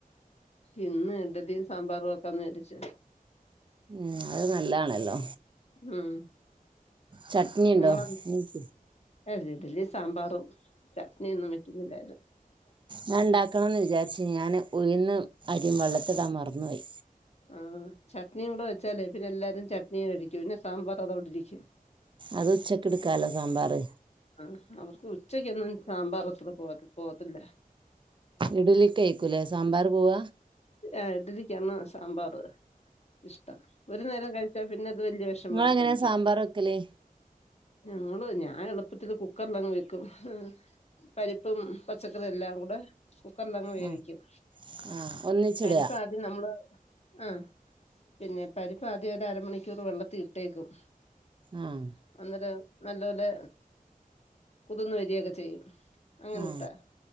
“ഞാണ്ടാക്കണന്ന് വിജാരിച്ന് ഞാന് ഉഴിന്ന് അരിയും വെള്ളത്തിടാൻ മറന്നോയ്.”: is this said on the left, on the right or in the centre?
Right